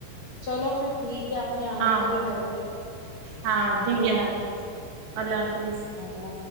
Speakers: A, on the left (about 80°); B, on the right (about 70°).
A: چلو پھر ٹھیک ہے اپ نے آنا
B: ہاں
A: کبھی گھر پہ
B: ہاں ٹھیک
A: اللہ
B: ہے نا
A: حافظ
B: اللہ حافظ
A: <unintelligible> اور ل